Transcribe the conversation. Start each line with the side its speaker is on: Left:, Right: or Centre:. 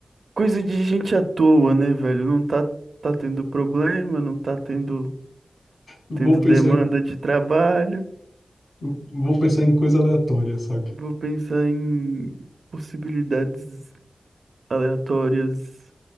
Right: coisa de gente à toa, né, velho? Não tá, tá tendo problema, não tá tendo,
Left: Eu
Right: tendo
Left: Vou pensar
Right: demanda
Left: em,
Right: de trabalho.
Left: eu vou pensar em coisa aleatória, saca?
Right: Vou pensar em possibilidades aleatórias